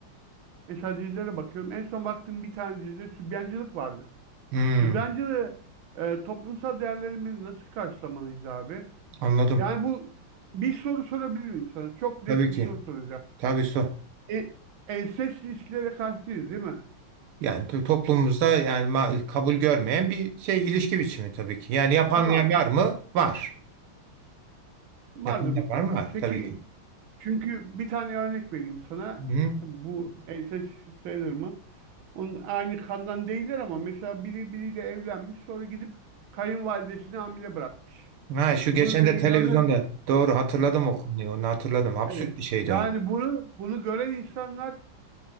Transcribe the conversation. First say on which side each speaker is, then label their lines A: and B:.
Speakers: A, on the right (about 70°); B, on the right (about 85°).
A: Mesela dizilere bakıyorum. En son baktığım bir tane dizide sübyancılık vardı.
B: Hı,
A: Sübyancılığı e, toplumsal değerlerimizi nasıl karşılamalıyız abi?
B: anladım.
A: Yani bu bir soru sorabilir miyim sana? Çok net
B: Tabii ki.
A: bir soru soracağım.
B: Tabii sor.
A: E, ensest ilişkilere karşıyız değil mi?
B: Yani to- toplumumuzda yani ma- kabul görmeyen bir şey ilişki biçimi tabii ki. Yani yapanlar
A: Tamam.
B: var mı? Var.
A: Vardır
B: Yapanlar
A: mutlaka.
B: var mı? Var
A: Peki
B: tabii ki.
A: çünkü bir tane örnek vereyim sana.
B: Hı.
A: Bu ensest sayılır mı? Onun aynı kandan değiller ama mesela biri biriyle evlenmiş sonra gidip kayınvalidesini hamile bırakmış.
B: Ha, şu geçen
A: Bunu televizyonda
B: de televizyonda doğru hatırladım o konuyu. Onu hatırladım. Absürt
A: Evet.
B: bir şeydi
A: Yani
B: o.
A: bunu bunu gören insanlar